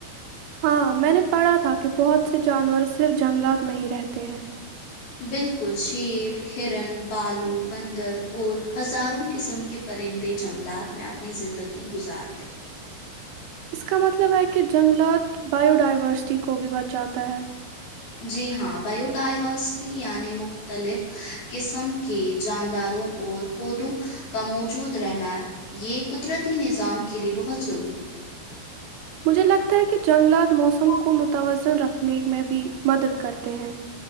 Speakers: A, on the right; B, on the left.
A: ہاں میں نے پڑھا تھا کہ بہت سے جانور صرف جنگلات میں ہی رہتے ہیں
B: بالکل شیر ہرن بالو بندر اور ہزاروں قسم کے پرندے جنگلات میں اپنی زندگی گزارتے ہیں
A: اس کا مطلب ہے کہ جنگلات بائییو ڈائیورسٹی کو بھی بچاتا ہے
B: جی ہاں بایو ڈائیورسٹی یعنی مختلف قسم کے جانداروں اور پودوں کا موجود رہنا یہ قدرتی نظام کے لئے بہت ضروری ہے
A: مجھے لگتا ہے کہ جنگلات موسم
B: ہے
A: کو متوازن رکھنے میں بھی مدد کرتے ہیں